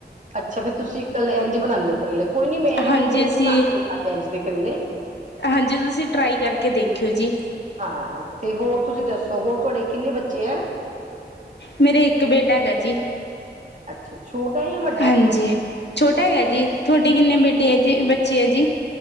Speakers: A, on the right; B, on the left.
A: ਅੱਛਾ, ਫੇਰ ਤੁਸੀ ਕਲੇ ਏੰਜ ਬਨਾਦੇ ੳ। ਕਰੇਲੇ, ਕੋਈ ਨੀ ਮੈਂ ਨਾ
B: ਹਾਂਜੀ
A: ਹੁਨ ਮੈਂ ਵੀ
B: ਅਸੀਂ
A: ਬਨਾ ਕੇ ਦੇਖਾਂਗੀ ਏੰਜ ਦੇ ਕਰੇਲੇ।
B: ਹਾਂਜੀ ਤੁਸੀ ਟਰਾਈ ਕਰਕੇ ਦੇਖਿਓ ਜੀ।
A: ਹਾਂ ਤੇ ਹੋਰ ਤੁਸੀ ਦੱਸੋ? ਹੋਰ ਤੁਹਾਡੇ ਕਿੰਨੇ ਬੱਚੇ ਏ?
B: ਮੇਰੇ ਏਕ ਬੇਟਾ ਹੈਗਾ ਜੀ,
A: ਅੱਛਾ ਛੋਟਾ ਹੈ ਜਾਂ ਵੱਡਾ
B: ਹਾਂਜੀ।
A: ਹੈ
B: ਛੋਟਾ ਹੈਗਾ ਜੀ ਤੁਹਡੇ ਕਿੰਨੇ ਬੇਟੇ ਏ ਜੀ, ਬੱਚੇ ਐ ਜੀ?